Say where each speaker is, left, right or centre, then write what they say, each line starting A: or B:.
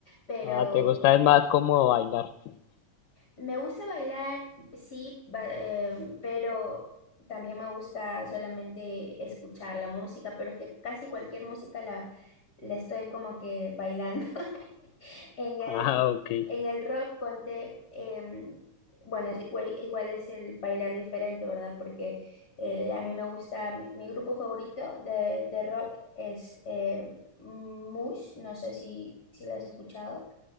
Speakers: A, on the left; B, on the left.
A: Pero
B: Ah, ¿te gusta es más como bailar? <laughs>
A: Me gusta bailar, sí, ba- em, pero también me gusta solamente escuchar la música, pero es que casi cualquier música la, la estoy como que bailando. <laughs> En el,
B: Ah, ok.
A: en el rock, ponte, em, bueno, es igual, igual es el bailar diferente, ¿verdad? Porque eh, a mí me gusta, mi, mi grupo favorito de, de rock es eh, Mush, no sé si, si lo has escuchado,